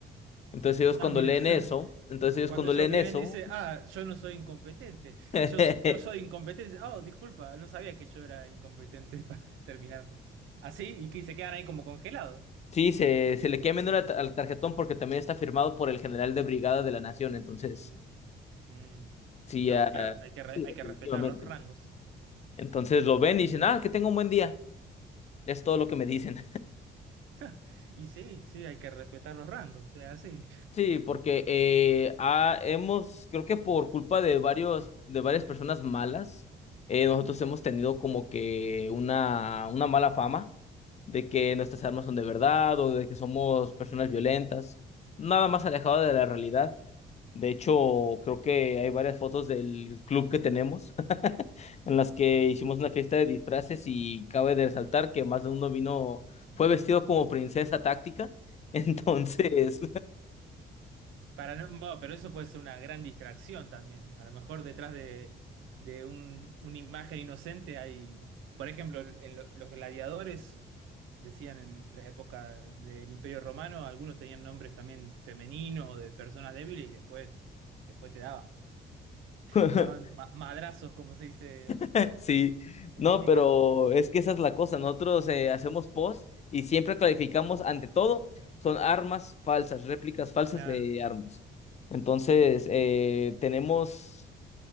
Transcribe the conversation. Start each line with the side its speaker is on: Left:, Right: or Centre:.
Left: Entonces ellos
Right: Ah,
Left: cuando
Right: mira.
Left: leen
Right: <laughs>
Left: eso, entonces ellos
Right: Cuando
Left: cuando
Right: ellos
Left: leen
Right: vienen,
Left: eso,
Right: dice, ah, yo no soy incompetente.
Left: <laughs>
Right: <laughs> Yo, yo soy incompetente. Dice, Oh, disculpa, no sabía que yo era incompetente <laughs> para terminarlo. Así, y que se quedan ahí como congelados.
Left: sí, se, se le queda viendo la ta- al tarjetón porque también está firmado por el general de brigada de la nación, entonces,
Right: Mm,
Left: sí,
Right: no,
Left: ah,
Right: claro, hay que, re-
Left: sí,
Right: hay
Left: definitivamente.
Right: que respetar los rangos.
Left: Entonces lo ven y dicen, ah, que tenga un buen día, es todo lo que me dicen.
Right: <laughs> Y sí, sí, hay que respetar los rangos, es así.
Left: Sí, porque eh, ha- hemos, creo que por culpa de varios, de varias personas malas, eh, nosotros hemos tenido como que una, una mala fama de que nuestras armas son de verdad o de que somos personas violentas, nada más alejado de la realidad. De hecho, creo que hay varias fotos del club que tenemos <laughs> en las que hicimos una fiesta de disfraces y cabe de resaltar que más de uno vino, fue vestido como princesa táctica, <laughs> entonces...
Right: Para no, bueno, pero eso puede ser una gran distracción también. A lo mejor detrás de, de un- una imagen inocente hay, por ejemplo, en lo- los gladiadores, decían en la época del Imperio Romano, algunos tenían nombres también femeninos o de personas débiles y después, después te daban,
Left: <laughs>
Right: te daban ma- madrazos, como se dice
Left: <laughs> Sí,
Right: en
Left: no,
Right: mexicano.
Left: pero es que esa es la cosa. Nosotros eh, hacemos post y siempre clarificamos, ante todo, son armas falsas, réplicas falsas
Right: Claro,
Left: de armas. Entonces, eh, tenemos